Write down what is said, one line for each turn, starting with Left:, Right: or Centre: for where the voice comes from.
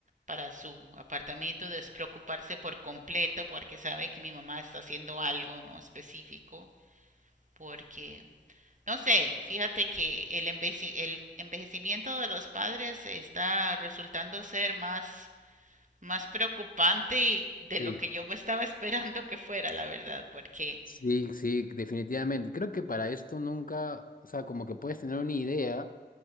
Right: para su apartamento, despreocuparse por completo porque sabe que mi mamá está haciendo algo no específico, porque no sé, fíjate que el, enveci- el envejecimiento de los padres está resultando ser más, más preocupante de
Left: Sí,
Right: lo que yo me estaba <laughs> esperando que fuera, la verdad, porque
Left: sí, sí, definitivamente. Creo que para esto nunca, o sea, como que puedes tener una idea